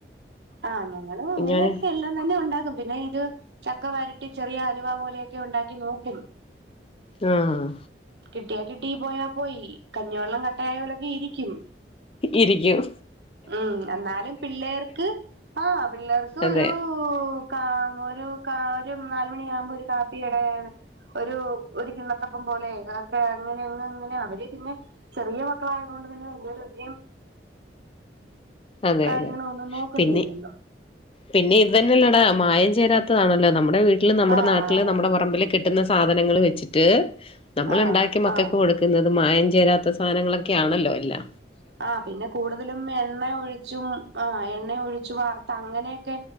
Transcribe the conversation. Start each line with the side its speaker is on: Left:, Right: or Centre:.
Right: ആഹ് ഞങ്ങളും അങ്ങനെയൊക്കെല്ല
Left: ഞാന്
Right: എല്ല തന്നെ ഉണ്ടാക്കും പിന്നെ ഇത് ചക്കവരട്ടി ചെറിയ അലുവ പോലെയൊക്കെ ഉണ്ടാക്കി നോക്കും
Left: ആഹ്
Right: കിട്ടിയാ കിട്ടി പോയാ പോയി കഞ്ഞിവെള്ളം കട്ടയായ പോലൊക്കെ ഇരിക്കും
Left: ഇരികും
Right: ഉം എന്നാലും പിള്ളേർക്ക് ആഹ് പിള്ളേർക്ക്
Left: അതെ
Right: ഒരു കാ ഒരു കാ ഒരു നാലുമണിയ ആകുമ്പോ ഒരു കാപ്പി ഇടാണ് ഒരു ഒരു കിണത്തപ്പം പോലെ ഒക്കെ അങ്ങനെങ്ങ അങ്ങനെ അവര് പിന്നെ ചെറിയ മക്കളായതു കൊണ്ട് തന്നെ വലിയ രുചിയും
Left: അതെ
Right: കാര്യങ്ങളും
Left: അതെ
Right: ഒന്നും നോക്കുന്നില്ലല്ലോ
Left: പിന്നെ പിന്നെ ഇത് തന്നെയല്ലേടാ മായം ചേരാത്തതാണല്ലോ നമ്മുടെ വീട്ടില് നമ്മുടെ
Right: ആഹ്
Left: നാട്ടില് നമ്മുടെ പറമ്പില് കിട് ട്ടുന്ന സാധനങ്ങൾ വെച്ചിട്ട് നമ്മൾ
Right: ആഹ്
Left: ഉണ്ടാക്കി മക്കക്ക്
Right: ആഹ്
Left: കൊടുക്കുന്നത് മായം ചേരാത്ത മ സാധനങ്ങളൊക്കെ ആണല്ലോ എല്ലാ
Right: ആഹ് പിന്നെ കൂടുതലും എണ്ണ ഒഴിച്ചും ആഹ് എണ്ണ ഒഴിച്ചു വാർത്ത അങ്ങനെയൊക്കെ